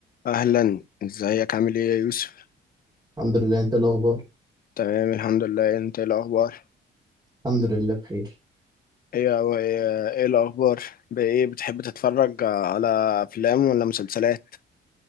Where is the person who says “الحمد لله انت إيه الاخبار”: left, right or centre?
Right